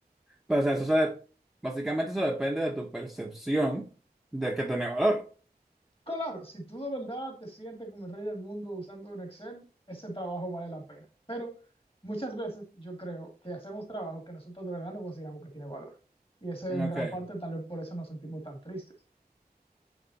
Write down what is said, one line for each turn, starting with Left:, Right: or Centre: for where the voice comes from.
Centre: Pero, o sea, eso se- básicamente eso depende de tu percepción de que tiene valor.
Left: Claro, si tú de verdad te sientes como el rey del mundo usando un Excel, ese trabajo vale la pena. Pero muchas veces yo creo que hacemos trabajo que nosotros de verdad no consideramos que tiene valor. Y eso es
Centre: Ok.
Left: en gran parte tal vez por eso nos sentimos tan tristes.